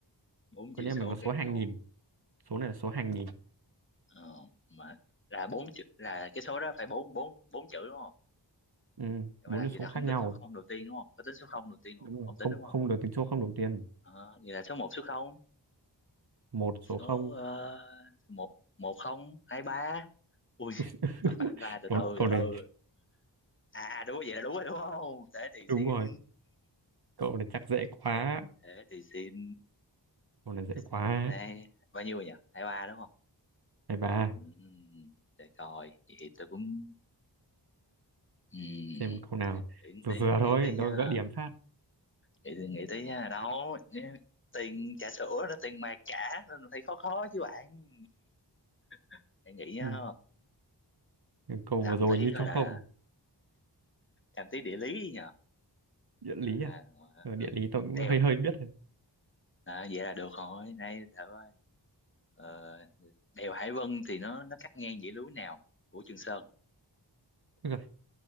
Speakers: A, on the left (about 25°); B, on the right (about 60°).
A: bốn
B: con
A: chữ
B: nhà
A: số
B: mình có
A: khác
B: số hàng
A: nhau
B: nghìn số này là số hàng nghìn
A: ờ, mà là bốn chữ là cái số đó phải bốn bốn bốn chữ đúng không
B: ừ,
A: nhưng
B: bốn
A: mà là
B: cái
A: vậy
B: số
A: là
B: khác
A: không
B: nhau
A: tính số không đầu tiên đúng không có tính số không đầu tiên không
B: đúng rồi
A: không tính
B: không
A: đúng
B: không
A: không
B: được tính số không đầu tiên
A: Ờ, vậy là số một số không
B: một
A: số
B: số không
A: uh, một một không hai ba ui
B: <laughs>
A: thật phản ra từ
B: cậu,
A: từ
B: cậu
A: từ
B: này
A: từ à đúng vậy là đúng rồi đúng không thế thì
B: đúng
A: xin
B: rồi cậu này chắc dễ quá
A: <laughs> thế thì xin
B: cậu này dễ
A: thế
B: quá
A: xin hai bao nhiêu rồi nhỉ hai ba đúng không
B: này bà
A: Ừm, để coi vậy thì tôi cũng ừm,
B: xem câu nào
A: để nghĩ
B: vừa
A: tí
B: vừa
A: nghĩ
B: thôi
A: tí nha
B: tôi gỡ điểm phát
A: nghĩ tí nghĩ tí nha đâu nhé, tiền trà sữa đó tiền mà trả nên phải khó khó chứ bạn <laughs> để nghĩ nha
B: ừ. câu
A: làm
B: vừa rồi
A: tí
B: như
A: rồi
B: cho
A: là
B: không
A: làm tí địa lý nhờ
B: địa lý
A: Rồi là-
B: à
A: rồi là-
B: Ờ, địa lý tôi cũng
A: đeo
B: hơi hơi biết rồi
A: à, vậy là được rồi nay thử ơi ờ, đèo Hải Vân thì nó nó cắt ngang dãy núi nào của Trường Sơn
B: Ôi giời,